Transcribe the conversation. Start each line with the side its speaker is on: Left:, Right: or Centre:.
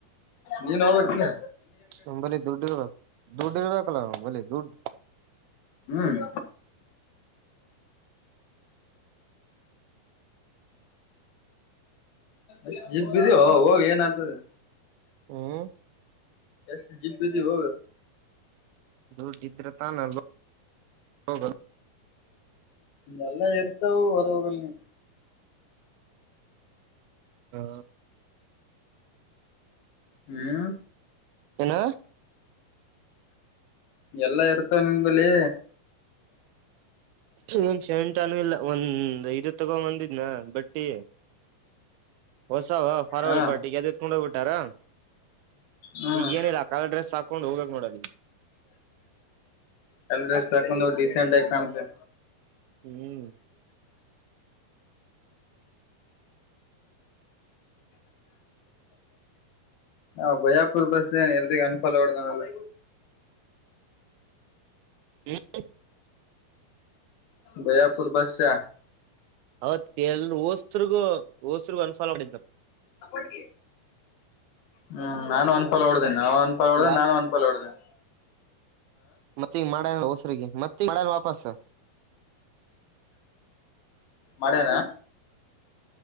Left: ನೀನ್ ಹೋಗ್ಬೇಕಿನ
Right: ನಂಬಲ್ಲಿ ದುಡ್ ಇರ್ಬೇಕ ದುಡ್ ಇರ್ಬೇಕಲ್ಲ ನಂಬಲ್ಲಿ ದುಡ್ಡು.
Left: ಹ್ಮ್ ಎಷ್ಟ ಜಿಬ್ ಇದಿಯೋ ಹೋಗ್ ಏನೈತದೆ
Right: ಹ್ಮ್
Left: ಎಷ್ಟು ಜಿಬ ಇದಿಯೋ ಹೋಗ
Right: ದುಡಿದ್ರತಾನಲ್ಲೋಗದ್
Left: ಎಲ್ಲಾ ಇರ್ತಾವೂ ಹೊರಗ ಹೋಗಲ್ಲ ನೀ.
Right: ಹಾ.
Left: ನೀನು.
Right: ಏನು
Left: ಎಲ್ಲಾ ಇರ್ತವೆ ನಿಂಬಲ್ಲಿ
Right: ಇನ್ ಶೆಂಟ ಅನು ಇಲ್ಲ ಒಂದ್ ಐದು ತಗೊಂಡ್ ಬಂದಿದ್ನ ಬಟ್ಟಿ ಹೊಸ ವ ಫಾರ್ವಲ್
Left: ಹಾ
Right: ಪಾರ್ಟಿಗೆ ಅದಹೆತ್ಕೊಂಡೋಗ್ಬಿಟ್ಟಾರಾ
Left: ಹ್ಮ್
Right: ಈಗ ಏನಿಲ್ಲ ಕಲರ್ ಡ್ರೆಸ್ ಹಾಕೊಂಡು ಹೋಗಬೇಕ್ ನೋಡ ಅಲ್ಲಿಗೆ
Left: ಕಲರ್ ಡರ್ಸ್ ಹಾಕೊಂಡು ಹೋಗ್ ಡೀಸೆಂಟ್ ಆಗ ಕಾಣುತ್ತೆ.
Right: ಹ್ಮ್
Left: ನಾ ಬಯಾಪುರ್ ಬಸ್ ಏನ್ ಎಲ್ರಿ ಅನ್ಫಲ್ ಹೊಡ್ದನಲ.
Right: ಹ್ಮ
Left: ಬಯಾಪುರ್ ಬಸ್ಸ
Right: ಅವೌತ್ ಎಲ್ ಹೋಸರುಗು ಹೋಸ್ರಗ ಅನ್ಫಲ ಮಾಡಿದ.
Left: ಅಕೌಂಟ್ಗಿ ಹ್ಮ್ ನಾನು ಒಂದಫಲ ಹೊೋಡ್ದೇನೆ ನಾ ಒಂದ ಲ ಹೊಡ್ದೇನೆ
Right: ಯಾ
Left: ನಾನು ಒನ್ಫಲ ಹೊೋಡ್ದೇನೆ
Right: ಮತ್ತೆ ಮಾಡ್ಯ ಹೊಸರಿಗೆ ಮತ್ತ ಮಾಡ್ಯನ ವಾಪಸ
Left: ಮಾಡ್ಯನ